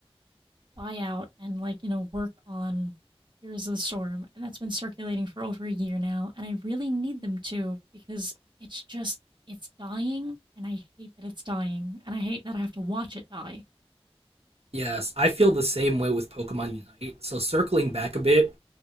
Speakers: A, on the right; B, on the right.
A: buy out and like you know work on Heroes of the Storm, and that's been circulating for over a year now, and I really need them to because it's just it's dying, and I hate that it's dying, and I hate that I have to watch it die.
B: Yes, I feel the same way with Pokemon Unite. So circling back a bit